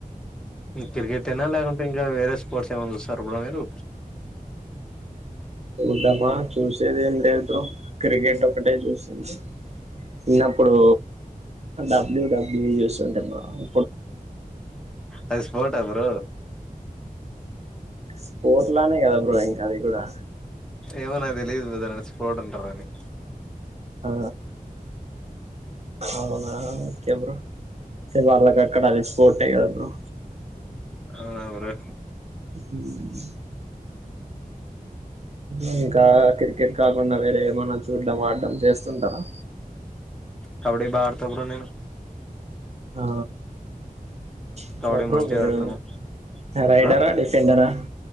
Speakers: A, in the centre; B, on the right (about 45°).
A: క్రికెట్ ఏనా లేకుంటే ఇంకా వేరే స్పోర్ట్స్ ఏమై వస్తుా ర్పులాగారు
B: చూద్దామా చూసేది ఏం లేద్దో బ్రో క్రికెట్ ఒకటే చుసింధి చిన్నప్పుడు డబ్ల్యూ డబ్ వీడియోస్ ఉంటే బాగుం
A: అది స్పోర్ట్ ఆ బ్రో
B: స్పోర్ట్ లానే కదా బ్రో ఇంకా అది కూడా
A: ఏమో నాక్ తెలియదు బ్రదర్ అది స్పోర్ట్ అంటారు అని
B: ఆ అవునా ఒకే బ్రో వాళ్ళకి అక్కడ అది స్పోర్ట్ ఏ కదా బ్రో
A: అవునా బ్రో
B: హ్ ఇంకా క్రికెట్ కాకుండా వేరే ఏమన్నా చూడ్డం ఆడడం చేస్తుంటారా
A: కబడే బాగా అడుతా బ్రో నేను
B: ఆ ఇట్ల
A: కబడ్డీ
B: బ్రో
A: మంచిగా
B: మీరు
A: ఆడతాను
B: రైడరా
A: బ్రో
B: డిఫెండరా